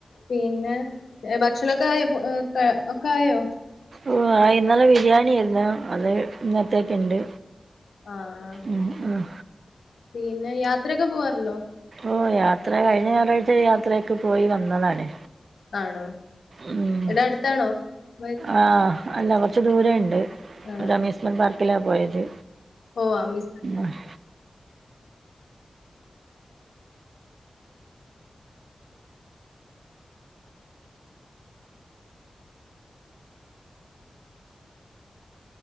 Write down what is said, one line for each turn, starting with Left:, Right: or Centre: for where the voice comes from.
Left: പിന്ന ഭക്ഷണൊക്കെ ആയൊ ഒക്ക ആയൊ
Right: ഓഹ് ആഹ് ഇന്നലെ ബിരിയാണിയെര്ന്നു അത് ഇന്നത്തേക്ക് ഇണ്ട്
Left: ആഹ്
Right: ഉം ആഹ്
Left: പിന്ന യാത്രൊക്ക പോവാറ്ണ്ടോ
Right: ഓഹ് യാത്ര കഴിഞ്ഞ ഞായറാഴ്ച യാത്രക്കെ പോയി വന്നതാണ്
Left: ആണോ
Right: ഉം
Left: ഇവിടെ അടുത്താണോ വരി-
Right: ആഹ് അല്ല കൊറ്ച്ച് ദൂരണ്ട്
Left: ആ
Right: ഒര് അമീസ്മെൻ പാർക്കിലാ പോയത്
Left: ഓഹ് അമു
Right: ആഹ്